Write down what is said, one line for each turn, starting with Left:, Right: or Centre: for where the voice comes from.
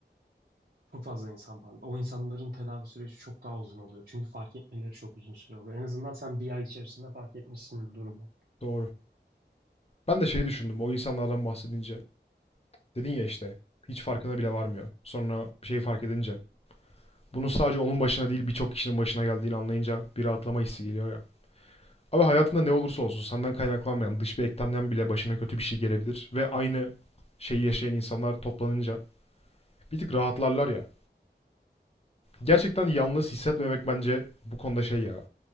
Right: çok fazla insan var. O insanların tedavi süreci çok daha uzun oluyor. Çünkü fark etmeleri çok uzun süre oluyor. En azından sen bir ay içerisinde fark etmişsin bu durumu.
Left: Doğru. Ben de şeyi düşündüm o insanlardan bahsedince. Dedin ya işte hiç farkına bile varmıyor. Sonra bir şeyi fark edince. Bunun sadece onun başına değil birçok kişinin başına geldiğini anlayınca bir rahatlama hissi geliyor ya. Abi hayatında ne olursa olsun senden kaynaklanmayan dış bir eklemden bile başına kötü bir şey gelebilir. Ve aynı şeyi yaşayan insanlar toplanınca bir tık rahatlarlar ya. Gerçekten yalnız hissetmemek bence bu konuda şey ya.